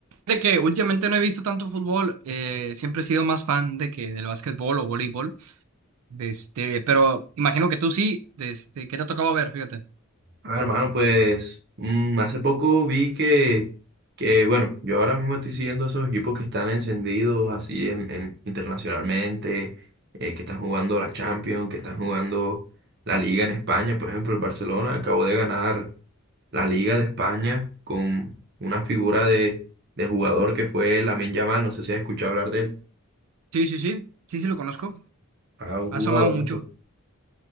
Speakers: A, on the right; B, on the right.
A: De que últimamente no he visto tanto fútbol. eh, siempre he sido más fan de que del básquetbol o voleibol. De este, pero imagino que tú sí. De este, ¿qué te ha tocado ver? Fíjate.
B: Ah, hermano, pues mm, hace poco vi que, que, bueno, yo ahora mismo estoy siguiendo esos equipos que están encendidos así en, en- internacionalmente, eh, que están jugando la Champions, que están jugando la Liga en España. Por ejemplo, el Barcelona acabó de ganar la Liga de España con una figura de, de jugador que fue Lamine Yamal. No sé si has escuchado hablar de él.
A: Sí, sí, sí. Sí, sí lo conozco.
B: Ah, un
A: Ha
B: jugador.
A: sonado mucho.